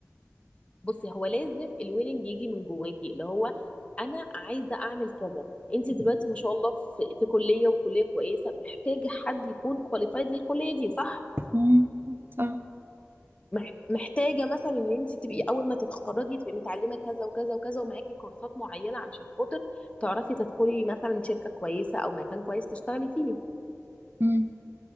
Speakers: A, on the left; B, on the right.
A: بصي هو لازم الويلنج يجي من جواكي اللي هو انا عايزه اعمل كذا انت دلوقتي ما شاء الله في في كليه وكليه كويسه محتاجه حد يكون كواليفايد للكليه دي صح
B: مم. صح
A: مح- محتاجه مثلا ان انت تبقي اول ما تتخرجي تبقي متعلمه كذا وكذا وكذا ومعاكي كورسات معينه علشان خاطر تعرفي تدخلي مثلا شركه كويسه او مكان كويس تشتغلي فيه
B: مم.